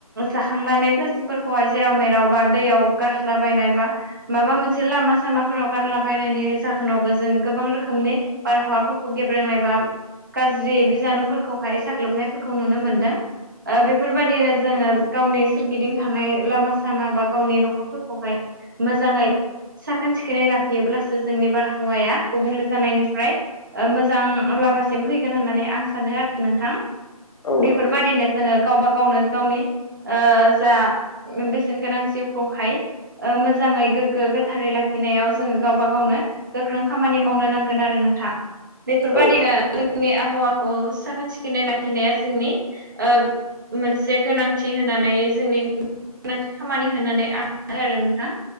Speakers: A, on the right; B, on the left.
A: जाखांनानै प्लास्टिकफोरखौहाय जेराव मेराव बा दैयाव गारज्लाबायनाय बा माबा मोनसे लामा सामाफोराव गारलाबायनायनि जाहोनावबो जों गोबां रोखोमनि बारहावाफोरखौ गेब्रेंनाय बा गाज्रि बिजानुफोरखौहाय साग्लोबनायफोरखौ नुनो मोनदों ओ बेफोरबादिनो जोङो गावनि सोरगिदिं थानाय लामा सामा बा गावनि न'खरफोरखौहाय मोजाङै साखोन सिखोनै लाखियोब्लासो जोंनि बारहावाया गुबुंले जानायनिफ्राय ओ मोजां लामासिम फैगोन होननानै आं सानो आरो नोंथां
B: औ
A: बेफोरबायदिनो
B: नंगौ
A: जोङो गावबा गावनो गावनि ओ जा बेसेन गोनां जिउखौहाय ओ मोजाङै गोग्गो गोथारै लाखिनायाव जोङो गावबा गावनो। गोख्रों खामानि मावनो नांगोन आरो नोंथां बेफोरबादिनो।
B: औ
A: जोंनि आबहावाखौ साखोन सिखोनै लाखिनाया जोंनि ओ मोनसे गोनांथि होनानै जोंनि गोनांथि खामानि होननानै आं सानो आरो नोंथां